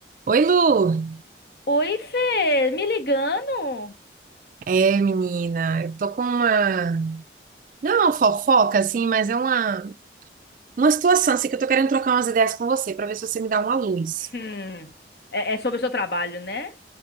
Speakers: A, on the right (about 45°); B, on the left (about 55°).
A: Oi, Lu.
B: Oi, Fê, me ligando?
A: É, menina, eu tô com uma, não é uma fofoca assim, mas é uma uma situação assim que eu tô querendo trocar umas ideias com você pra ver se você me dá uma luz.
B: Hum, é, é sobre o seu trabalho, né?